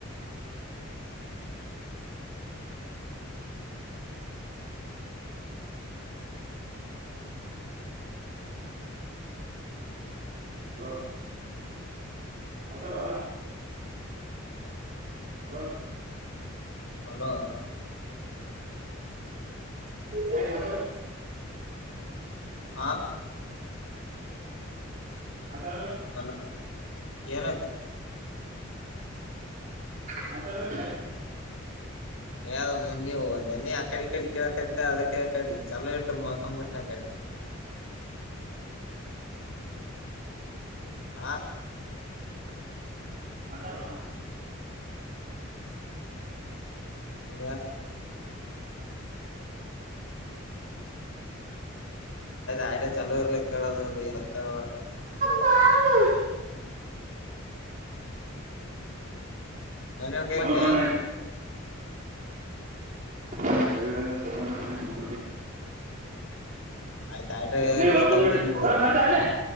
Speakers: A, on the right; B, on the left.
A: ಹ ಆತಾರ ಹಲ
B: ಹಲೋ
A: ಯ ಮ
B: ಆ
A: ಮಾತಾಡಲ್ಲ
B: ಅಲ್ಲ ಏನಾಯತ
A: ಮಾತಾಡಲ್ಲ
B: ಯ್ದ ಮುನ್ನ ನೀವುನಿ ಆ ಕಡೆ ಕಡೆ ಕೇಳಕತ್ತ ಅದಕ್ಕೆ ಕಡೆ ಚಲೋ ಇಟ್ಟು ಮಕಂಬಿಟ್ಟನ ಕಡೆ ಹಾ
A: ಮಾತಾಡೋ
B: ಅ ಆಯ್ ಚಲ ಇರ್ಲಿಕ್ಕೆ ಕೇಳದ ಕೇಳ
A: ಬಾವಲ
B: ಮನೆ ಕೈವಟೆ
A: ಹೊಲ್ಕೊಂಡ್ ನಡಿ ತ ಮಬ
B: ಆಯ್ತ ಆಯ್ಟ
A: ನೀ
B: ಕಿಸ್ತಾಗ
A: ವಲ್ಕಮ ನಡಿತ
B: ಇಟ್ಕೊಂಡ್ಬಿಡು
A: ನಾಳೆ